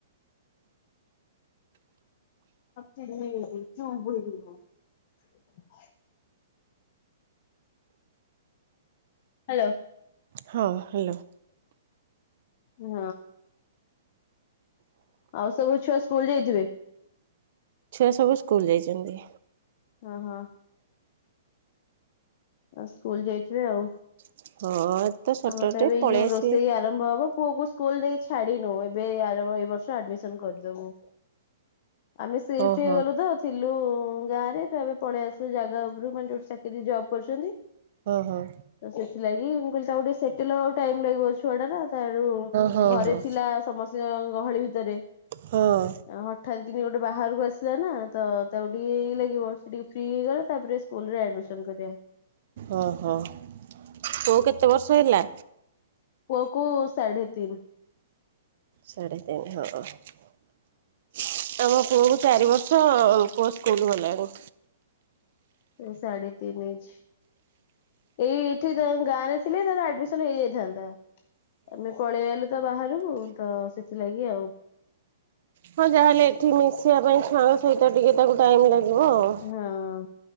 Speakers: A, on the left; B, on the right.
A: ସବ ଚିଲ୍ଲି ଚୁଭ <inaudible> ହ୍ୟାଲୋ।
B: ହଁ ହ୍ୟାଲୋ।
A: ହଁ। ଆଉ ସବୁ ଛୁଆ ସ୍କୁଲ ଯାଇଥିବେ?
B: ଛୁଆ ସବୁ ସ୍କୁଲ ଯାଇଛନ୍ତି।
A: ହଁ ହଁ। ଆଉ ସ୍କୁଲ ଯାଇଥିବେ ଆଉ
B: ହଁ। ତ ସଟରଡେ
A: ଆମର ତ ଏବେ
B: ପଳେଇ
A: ଏଇ
B: ଆସିବେ।
A: ରୋଷେଇ ଆ ଆରମ୍ଭ ହବ ପୁଅକୁ ସ୍କୁଲ ଦେଇ ଛାଡିିନୁ ଏବେ ଏ ବର୍ଷ ଆମିସନ କରିଦବୁ ଆମେ ସିଫ୍ଟ
B: ହଁ
A: ହେଇଗଲୁ
B: ହଁ
A: ତ ଥିଲୁ ଗାଁରେ ତ ଏେ ପଳେଇ ଆସିଲୁ ଜାଗା ଉପରୁ ମାନେ ଯୋଟେ ଚାକିର ଜବ କରୁଛନ୍ତି ତ
B: ହଁ ହଁ
A: ସେଥିଲାଗି ମୁଁ କ ତା ଗ ଟଟେ ସେଟେଲ ଆଉ ଟାଇମ୍ ଲାଗିବ ଛୁଆ ଟା ତ ରରୁ
B: ହଁ ହଁ
A: ଘରେ
B: ହଁ
A: ଥିଲା। ସମସ୍ତଙ୍କ ଗହଳି ଭିତରେ
B: ହଁ
A: ହଠାତ୍ କିିନ ଗୋଟେ ବାହାରକୁ ଆସିଲା ନା ତ ତାକୁ ଟିକେଇ ଲାଗିବ ସେ ଟିକେ ଫ୍ରି ହେଇଗଲା ତାପରେ, ସ୍କୁଲ ରେ ଆଡମିସନ କରିବା।
B: ଓ ହୋ କୋଉ କେତେ ବର୍ଷ ହେଲା?
A: ପୁଅକୁ ସାଢ଼େ ତିନି।
B: ସାଢେ ତିନି ହଁ ଆମ ପୁଅ କୁ ଚାରି ବର୍ଷ। ହ ପୁଅ ସ୍କୁଲ ଗଲାନି।
A: ସାଢ଼େତିନ ଇଞ୍ଚ। ଏଇ ଏଠି ତାଙ୍କ ଗାଁ ରେ ଥିଲେ ତାର ଆଡମିସନ ହେଇଯାଇଥାନ୍ତା। ଆମେ ପଳେଇ ଆଇଲୁ ତ ବାହାରୁ ତ ସେଥିଲାଗି ଆଉ।
B: ହଁ ଯାହାହେଲେ ଏଠି ମିଶିବା ପାଇଁ ଛୁଆଙ୍କ ସହିତ ଟିକେ ତାକୁ ଟାଇମ ଲାଗିବ ଆଉ।
A: ହଁ।